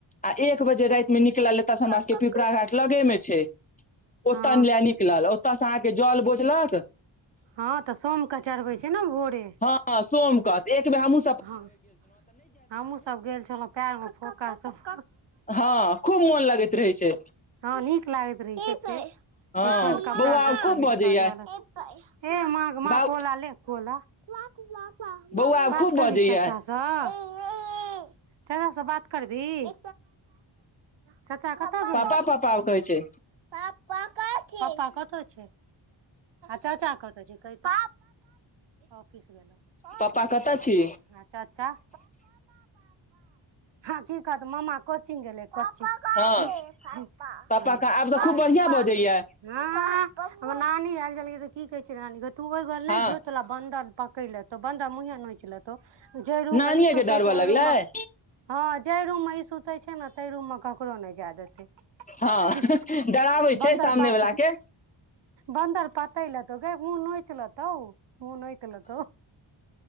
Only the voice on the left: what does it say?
आ एक बजे रातिमे निकलल। एतऽसँ हमरा
सभके
लगमे छै, ओतऽ
लेबाक लेल निकललहुँ। ओतऽसँ अहाँ जल बोझि कऽ
हँ सोमक एक बेर हमहू
हँ खूब मोन लगैत रहै छै
हँ
बौआ
आब खूब
बजैया
बाउ
बौआ आब खूब
बजैया
पापा पापा कहै छै
पापा कतऽ छी
हँ पापा आब तऽ खूब बढ़िआँ बजैया
हँ
नानिये
के
डरबऽ
लगलै
हँ डराबै
छै सामने
वला के